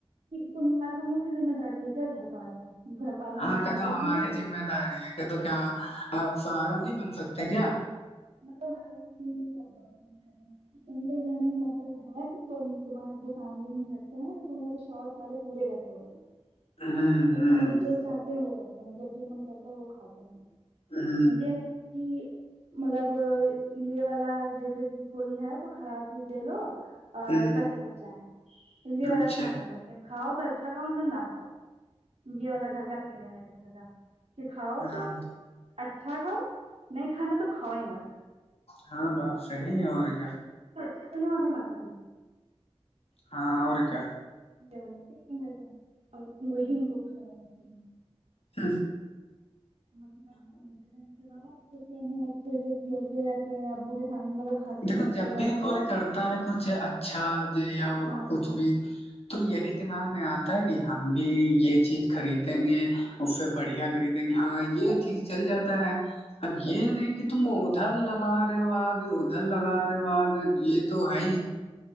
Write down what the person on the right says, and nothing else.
تما تموگ کی ذمہ داری ہے کیا ہے گھر پالنا گھر پالنا
تمہارے
ابو
کی
نے ہ کی میرے ابا کی
ت کے رہنے کا مطلب ہے کہ تم تمہارے ابو کام بھی نہیں کرگتے ہیں تم نے کو شوق سارے پورے ر سو
کیونکہ
ہم لوگ جو چاہتے ہوگا جب بھی من کرتا ہے وہ کھاتے ہیں
یہ نہیں کہ مطلب یہ والا جیسے کہ کوئی ہے تو خراب چیز لے لو اور
پیسے بچائ ہے یہ والاسین
نہیں رہتے کھاؤ تو اچھا کاؤن نہ کھاؤ یہ والا گھر کا تھی نا میرے گھر کا کہ کھاؤ
تو اچھا کھاؤ نہیں کھانا تو کھاؤ ہی مت
چا ہوناا ماتتا
جا کرا ا وہی ان کو کھڑا جاتتی ہے
ابو بعد کلتے ہیں اچھے سے کھیلتے رہتے ہیں ابو کے سامنے مطلب خالو کے
سامنے کئی
بار
ہم لوگ
ہاں
اور